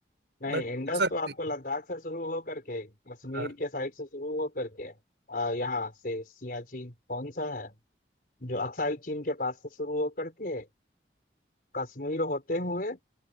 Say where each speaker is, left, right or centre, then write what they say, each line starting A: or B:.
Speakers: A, on the left; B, on the right.
A: नहीं
B: बट हो
A: इंडस
B: सकती
A: तो आपको लद्दाख से शुरू हो करके कश्मीर
B: हाँ
A: के साइड से शुरू हो करके आ, यहाँ से सियाचिन कौन सा है जो अक्साई चीन के पास से शुरू हो करके कश्मीर होते हुए